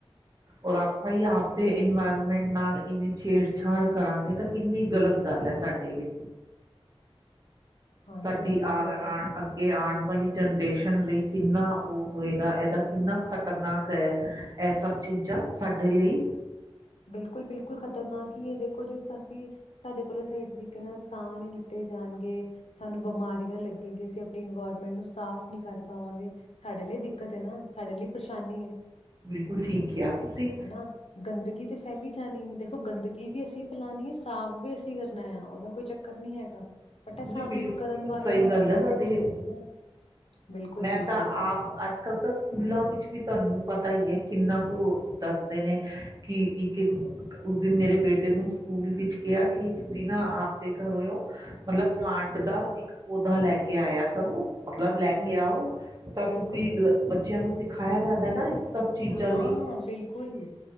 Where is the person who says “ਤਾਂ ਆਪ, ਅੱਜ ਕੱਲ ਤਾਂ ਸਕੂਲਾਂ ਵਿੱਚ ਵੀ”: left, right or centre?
Right